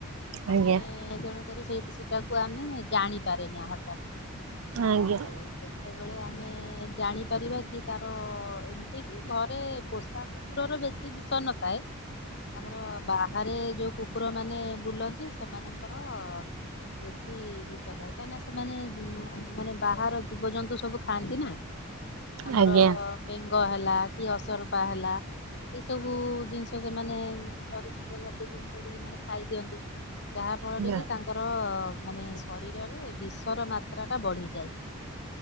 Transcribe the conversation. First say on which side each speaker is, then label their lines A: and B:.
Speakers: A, on the left (about 50°); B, on the right (about 65°).
A: ଆମେ
B: ଆଜ୍ଞା
A: ତେଣୁକରି ସେ ସେଇଟାକୁ ଆମେ ଜାଣିପାରେ ନା ହଠାତ୍। ଆଉ
B: ଆଜ୍ଞା ଆଜ୍ଞା
A: କେତେବେଳେ ଆମେ ଜାଣିପାରିବା କି ତାର ଏମିତି କି ଘରେ ପୋଷା କୁକୁରର ବେଶୀ ବିଷ ନଥାଏ? ଆମର ବାହାରେ ଯୋଉ କୁକୁର ମାନେ ବୁଲନ୍ତି ସେମାନଙ୍କର ବେଶୀ ବିଷ ଥାଏ କାହିଁନା ସେମାନେ ମାନେ ବାହାର ଜୀବଜନ୍ତୁ ସବୁ ଖାଆନ୍ତି ନା। ଆମର
B: ଆଜ୍ଞା
A: ବେଙ୍ଗ ହେଲା କି ଅସରପା ହେଲା ଏଇ ସବୁ ଜିନିଷ ସେମାନେ ସରିଶୃପ ଜାତୀୟ ଜିନିଷ କୁ ସେମାନେ ଖାଇ ଦିଅନ୍ତି ଯାହା
B: ଆଜ୍ଞା।
A: ଫଳରେ କି ତାଙ୍କର ମାନେ ଶରୀରରେ ବିଷ ର ମାତ୍ରା ଟା ବଢିଯାଏ।